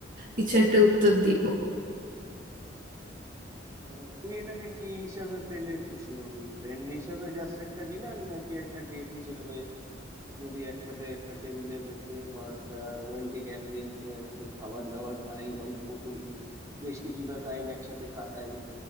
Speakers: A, on the right; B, on the right.
A: কিছু একটা উত্তর দিব
B: আহ, তুই এটাকে কি হিসাবে পেলে খুশি হবি ফ্রেন্ড হিসাবে জাস্ট একটা ডিনার নাকি একটা ডেট হিসাবে যদি একসাথে একটা টেবিলে বসে ধর একটা রোমান্টিক অ্যাম্বিয়েন্সে একটু খাবার দাবার খাই গল্প করি বেশ কিছুটা টাইম একসাথে কাটাই